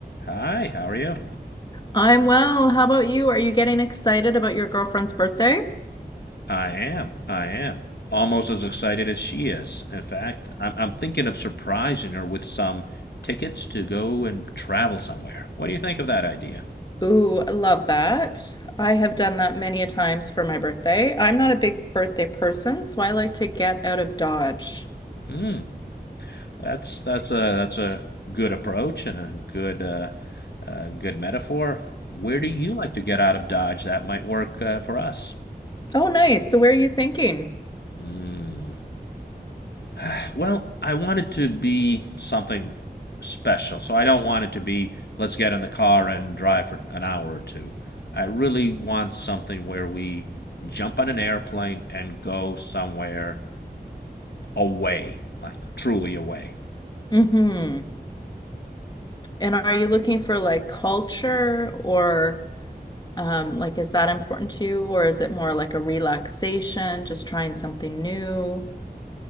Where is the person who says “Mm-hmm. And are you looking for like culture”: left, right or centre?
Left